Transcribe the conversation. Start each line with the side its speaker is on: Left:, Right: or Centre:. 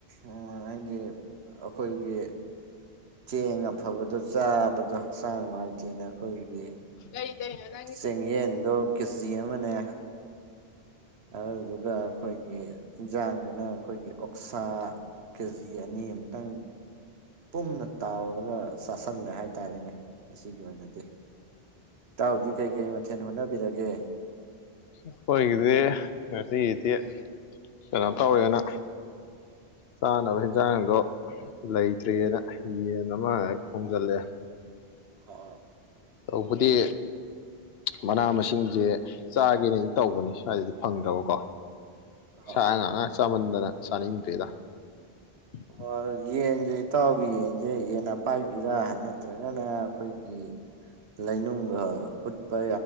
Right: ꯎ ꯍꯥꯏꯗꯤ ꯑꯩꯈꯣꯏꯒꯤ ꯆꯦꯡ ꯑꯐꯕꯗꯣ ꯆꯥꯕꯗꯣ ꯍꯛꯆꯥꯡ ꯅꯨꯡꯉꯥꯏꯇꯦꯅ ꯑꯩꯈꯣꯏꯒꯤ
Left: ꯀꯔꯤ ꯇꯧꯔꯤꯅꯣ ꯅꯪ
Right: ꯆꯦꯡ ꯌꯦꯟꯗꯣ ꯀꯦꯖꯤ ꯑꯃꯅꯦ ꯑꯗꯨꯗꯨꯒ ꯑꯩꯈꯣꯏꯒꯤ ꯏꯟꯖꯥꯡꯗꯨꯅ ꯑꯩꯈꯣꯏꯒꯤ ꯑꯣꯛꯁꯥ ꯀꯦꯖꯤ ꯑꯅꯤꯃꯨꯛꯇꯪ ꯄꯨꯝꯅ ꯇꯥꯎꯔꯒ ꯆꯥꯁꯜꯂꯦ ꯍꯥꯏꯇꯥꯔꯦꯅꯦ ꯑꯁꯤꯒꯤ ꯑꯣꯏꯅꯗꯤ ꯏꯇꯥꯎꯗꯤ ꯀꯩꯀꯩ ꯃꯊꯦꯟ ꯍꯣꯠꯅꯕꯤꯔꯒꯦ
Left: ꯑꯩꯈꯣꯏꯒꯤꯗꯤ ꯉꯁꯤꯒꯤꯗꯤ ꯀꯩꯅꯣ ꯇꯧꯋꯦꯅ- ꯆꯥꯅꯕ ꯍꯦꯟꯖꯥꯡꯗꯣ ꯂꯩꯇ꯭ꯔꯦꯅ ꯌꯦꯟ ꯑꯃ ꯍꯦꯛ ꯊꯣꯡꯖꯜꯂꯦ
Right: ꯑꯣ
Left: ꯇꯧꯕꯨꯗꯤ ꯃꯅꯥ ꯃꯁꯤꯡꯁꯦ ꯆꯥꯒꯦꯅ ꯇꯧꯕꯅꯤ ꯁ꯭ꯋꯥꯏꯗꯗꯤ ꯐꯪꯗꯕꯀꯣ
Right: ꯑꯣ
Left: ꯁꯥ ꯉꯥ ꯉꯥꯛ ꯆꯥꯃꯟꯗꯅ ꯆꯥꯅꯤꯡꯗ꯭ꯔꯦꯗ <inaudible>
Right: ꯑꯣ ꯑꯣ ꯌꯦꯟꯁꯦ ꯏꯇꯥꯎꯒꯤ ꯌꯦꯟꯁꯦ ꯌꯦꯟ ꯑꯄꯥꯏꯕꯤꯔꯥ ꯅꯠꯇ꯭ꯔꯒꯅ ꯑꯩꯈꯣꯏꯒꯤ ꯂꯩꯅꯨꯡꯒ ꯍꯨꯠꯄ